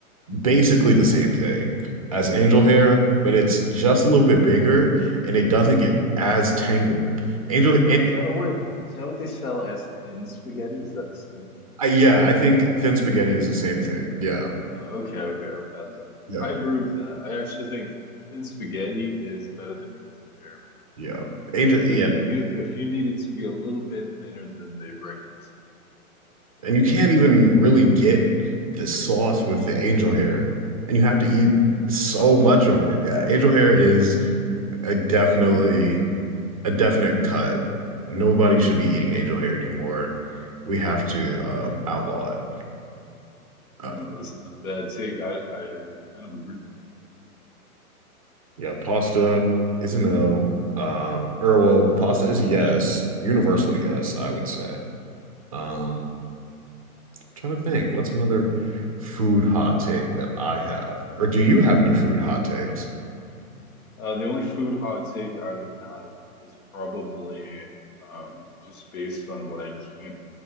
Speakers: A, on the right (about 25°); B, on the left (about 70°).
A: basically the same thing as angel hair, but it's just a little bit bigger and it doesn't get as tangled. Angel
B: Right. Is Yeah. that what is that what they sell as thin spaghetti? Is that the same thing?
A: I, yeah, I think thin spaghetti is the same thing. Yeah,
B: Oh, Okay, okay, I've had that. before.
A: yeah,
B: I agree with that. I actually think thin spaghetti is better than angel hair.
A: yeah. Angel, yeah,
B: Like if you if you need it to be a little bit thinner than the regular spaghetti.
A: and you can't even really get the sauce with the angel hair, and you have to eat so much of it. Yeah, angel hair is a definitely a definite cut. Nobody should be eating angel hair anymore. We have to um, outlaw it. Uh,
B: No, that's not a bad take. I I uh, kind of agree with
A: yeah, pasta is a no. Um, or well, pasta is a yes, universal yes, I would say. Um, trying to think, what's another food hot take that I have? Or do you have any food hot takes?
B: Uh, the only food hot take I would have is probably um, just based on what I can't